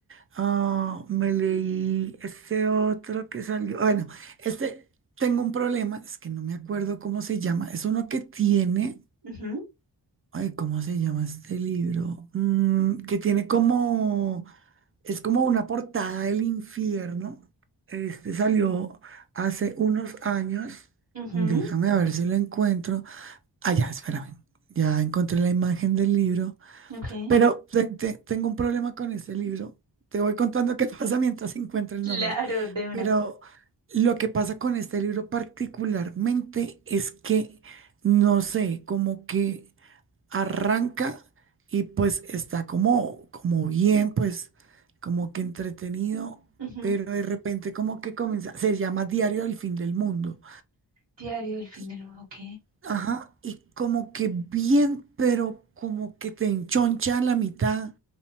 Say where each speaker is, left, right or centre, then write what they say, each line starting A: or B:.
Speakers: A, on the right; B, on the right.
A: Ah, me leí este otro que salió. Bueno, este tengo un problema, es que no me acuerdo cómo se llama. Es uno que tiene.
B: Ujú,
A: Ay, ¿cómo se llama este libro? Mm, que tiene como, es como una portada del infierno. Este salió hace unos años.
B: ujú,
A: Déjame a ver si lo encuentro. Ah, ya, espérame. Ya encontré la imagen del libro.
B: ok.
A: Pero te- te- tengo un problema con este libro. Te voy contando qué <laughs> pasa mientras encuentro el
B: Claro,
A: nombre.
B: de una.
A: Pero lo que pasa con este libro particularmente es que, no sé, como que arranca y pues está como, como bien, pues como que entretenido,
B: Ujú.
A: pero de repente como que comienza, se llama Diario del Fin del Mundo.
B: Diario del fin
A: Y,
B: del mundo, ok.
A: ajá, y como que bien, pero como que te enchoncha a la mitad,